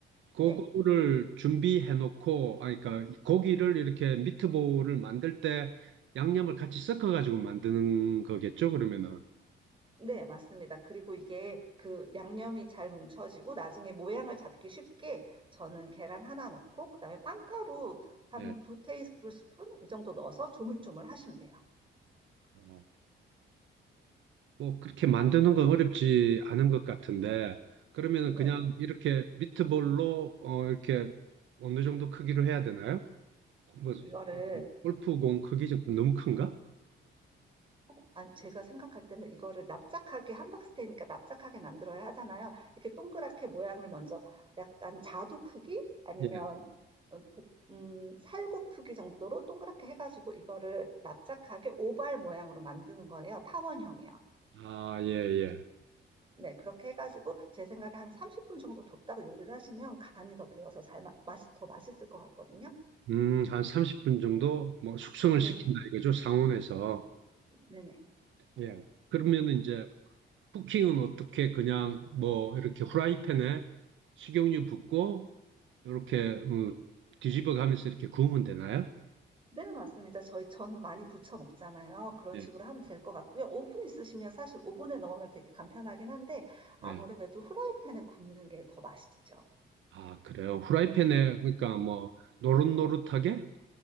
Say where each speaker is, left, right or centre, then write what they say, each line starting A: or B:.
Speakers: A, on the right; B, on the right.
A: 그거를
B: 네.
A: 준비해 놓고, 아, 그러니까 고기를 이렇게 미트볼을 만들 때 양념을 같이 섞어가지고 만드는 거겠죠, 그러면은.
B: 네, 맞습니다. 그리고 이게 그 양념이 잘 뭉쳐지고 나중에 모양을 잡기 쉽게 저는 계란 하나 넣고 그다음에 빵가루 한
A: 예.
B: 두 테이블 스푼 이 정도 넣어서 조물조물 하시면 돼요.
A: 아, 뭐 그렇게 만드는 건 어렵지 않은 것 같은데, 그러면은
B: 네.
A: 그냥 이렇게 미트볼로, 어, 이렇게 어느 정도 크기로 해야 되나요? 뭐,
B: 이거를
A: 골프공 크기 좀 너무 큰가?
B: 어, 안- 제가 생각할 때는 이거를 납작하게 함박스테이니까 납작하게 만들어야 하잖아요. 이렇게 동그랗게 모양을 먼저 약간 자두 크기 아니면
A: 예.
B: 어, 복- 음, 살구 크기 정도로 동그랗게 해가지고 이거를 납작하게 오발 모양으로 만드는 거예요. 탐원형이요.
A: 아, 예, 예.
B: 네, 그렇게 해가지고 제 생각에 한 30분 정도 뒀다가 요리를 하시면 간이 더 배어서 잘 마, 맛이 더 맛있을 것 같거든요.
A: 음, 한 30분 정도 뭐 숙성을
B: 네네,
A: 시킨다 이거죠, 상온에서.
B: 네네.
A: 예. 그러면은 이제 쿠킹은 어떻게 그냥 뭐 이렇게 후라이팬에 식용유 붓고 이렇게 음, 뒤집어 가면서 이렇게 구우면 되나요?
B: 네, 맞습니다. 저희 전 많이 부쳐 먹잖아요. 그런
A: 예,
B: 식으로 하면 될 것 같고요. 오븐 있으시면 사실 오븐에 넣으면 되게 간편하긴 한데 아무래도
A: 예.
B: 후라이팬에 굽는 게 더 맛있죠.
A: 아, 그래요. 후라이팬에 그러니까 뭐 노릇노릇하게